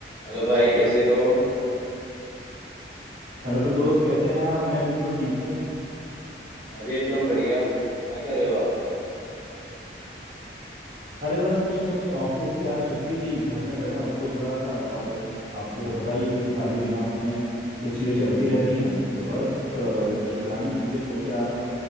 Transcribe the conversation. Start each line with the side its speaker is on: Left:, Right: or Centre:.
Left: Hello भाई कैसे हो
Right: Hello दोस्त कैसे हैं आप मैं बिल्कुल ठीक हूँ
Left: मैं भी एकदम बढ़िया क्या कर रहे हो आप
Right: अरे बस कुछ नहीं ऑफिस की आज छुट्टी थी घर में बैठा बोर हो रहा था और आपको तो पता ही है कि खाली दिमाग में कुछ चीजें चलती रहती हैं तो बस
Left: हाँ हाँ
Right: अ,
Left: बिल्कुल
Right: कुछ पुरानी चीजें सोच रहा था